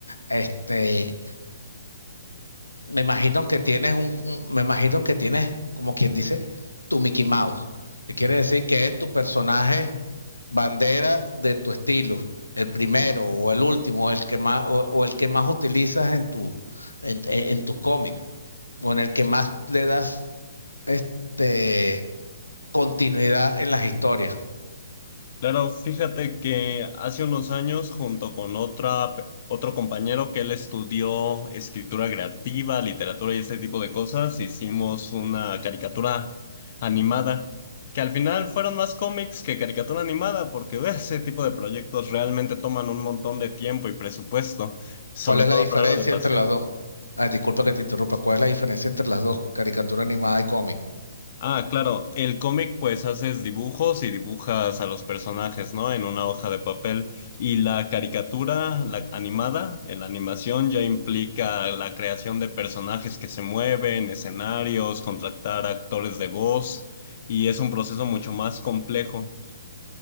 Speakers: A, on the left (about 85°); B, on the left (about 45°).
A: este, me imagino que tienes un, un- me imagino que tienes, como quien dice, tu Mickey Mouse. Que quiere decir que es tu personaje bandera de tu estilo, el primero o el último, el que más, o, o el que más utilizas en tu, en, en tus cómics, o en el que más le das este continuidad en las historias.
B: Claro, fíjate que hace unos años, junto con otra, pe- otro compañero que él estudió escritura creativa, literatura y ese tipo de cosas, hicimos una caricatura animada, que al final fueron más cómics que caricatura animada, porque de ese tipo de proyectos realmente toman un montón de tiempo y presupuesto, sobre
A: ¿Cuál es
B: todo
A: la diferencia
B: por algo de pasión.
A: entre las dos? Ah, disculpa que te interrumpa. ¿Cuál es la diferencia entre las dos, caricatura animada y cómic?
B: Ah, claro, el cómic pues haces dibujos y dibujas a los personajes, ¿no? En una hoja de papel. Y la caricatura, la animada, eh, la animación ya implica la creación de personajes que se mueven, escenarios, contratar actores de voz, y es un proceso mucho más complejo.